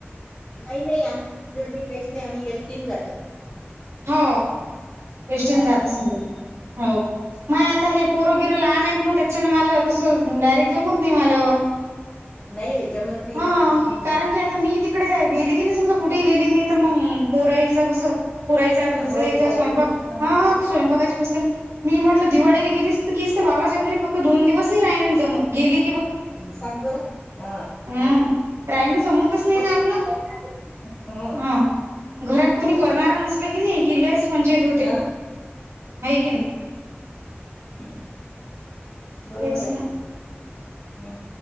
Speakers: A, on the left; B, on the right.
A: नाही नाही आमची जर्नी काहीच नाही आम्ही यष्टीन जातो.
B: हो यष्टीन
A: हो,
B: जात सगून हो म आता हे. पोरबीर लहान आहेत ना त्याच्यान मला तसं डायरेक्ट जमत नाही मला
A: नाही. जमत नाही
B: हा
A: ना. हं.
B: कारण की आता मी तिकडे गेली. नाही समजा कुठे गेली मी तर मग पोराईच कसं. पुरायचा घरचा
A: हो
B: यायचा
A: बिचारे
B: स्वयंपाक
A: ना मग
B: हा स्वयंपाकाची पस्तेन मी म्हटलं दिवाळीली
A: हा,
B: गेलीस की बाबाच्या घरी फक्त दोन दिवसही राहि जमत, गेली.
A: ् सांग बर, हा.
B: हम राईन जमवतच नाही ना आपलं‌.
A: करतात. हं,
B: हा, घरात कोणी
A: हो.
B: करणार नसल की नाही कि लयच पंचायत होते
A: हां.
B: आहे की नाही.
A: हम्म, बरोबर
B: तेच
A: आहे
B: ना
A: हम.